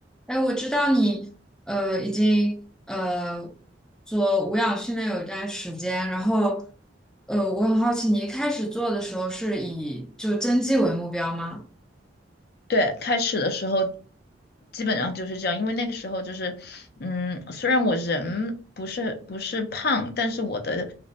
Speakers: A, in the centre; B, on the left.
A: 哎，我知道你呃已经呃做无氧训练有一段时间，然后呃我很好奇，你一开始做的时候是以就增肌为目标吗？
B: 对，开始的时候基本上就是这样，因为那个时候就是，嗯，虽然我人不是不是胖，但是我的